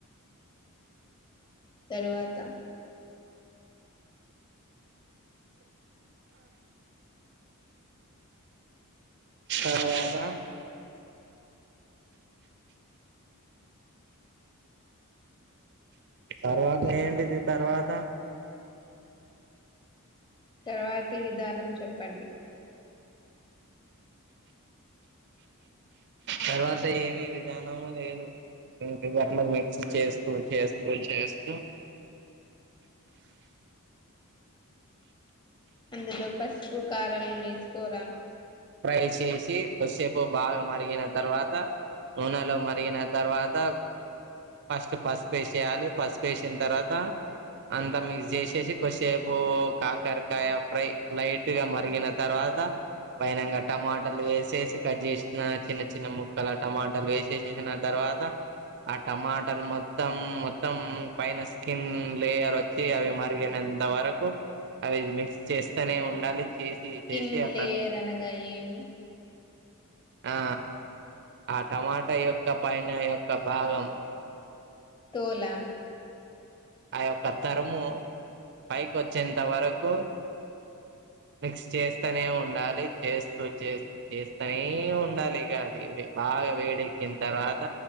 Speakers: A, on the left; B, on the right.
A: తరువాత
B: తరువాత తర్వాత ఏంటిది తర్వాత
A: తర్వాతి విధానం చెప్పండి
B: తర్వాత ఏమి విధానము లేదు ఇంగట్ల మిక్స్ చేస్తూ చేస్తూ చేస్తూ
A: అందులో పసుపు కారం వేస్కోర
B: ఫ్రై చేసి కొద్దిసేపు బాగా మరిగిన తర్వాత నూనెలో మరిగిన తర్వాత ఫస్ట్ పసుపు వేసేయాలి పసుపు వేసిన తర్వాత అంతా మిక్స్ చేసేసి కొద్దిసేపు కాకరకాయ ఫ్రై లైట్గా మరిగిన తర్వాత పైనంగా టమాటాలు వేసేసి కట్ చేసిన చిన్న చి చిన్న ముక్కల టమాటాలు వేసేసేసిన తర్వాత ఆ టమాటాలు మొత్తం మొత్తం పైన స్కిన్ లేయర్ వచ్చి అవి మరిగినంత వరకు అవి మిక్స్ చేస్తేనే ఉండాలి చేసి
A: స్కిన్
B: చేసి అట్లా
A: లేయర్ అనగా ఏమి
B: ఆ ఆ టమాటా యొక్క పైన యొక్క భాగం
A: తోలా
B: ఆ యొక్క తరుము పైకి వచ్చేంత వరకు మిక్స్ చేస్తూనే ఉండాలి చేస్తూ చేస్తూ చేస్తూనే ఉండాలి ఇక అది బాగా వేడెక్కిన తర్వాత